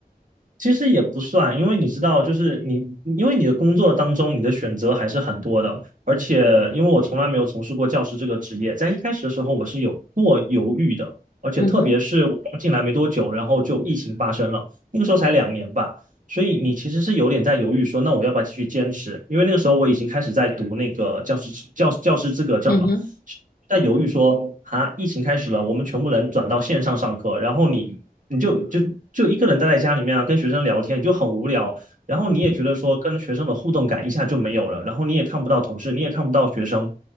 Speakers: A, on the right; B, on the left.
A: 其实也不算，因为你知道，就是你，因为你的工作当中，你的选择还是很多的。而且，因为我从来没有从事过教师这个职业，在一开始的时候，我是有过犹豫的。而且，
B: 嗯哼，
A: 特别是我刚进来没多久，然后就疫情发生了，那个时候才两年吧，所以你其实是有点在犹豫说，那我要不要继续坚持？因为那个时候我已经开始在读那个教师教教师资格证了。
B: 嗯哼，
A: 在犹豫说啊，疫情开始了，我们全部人转到线上上课，然后你你就就就一个人待在家里面啊，跟学生聊天，你就很无聊，然后你也觉得说跟学生的互动感一下就没有了，
B: 嗯哼，
A: 然后你也看不到同事，你也看不到学生，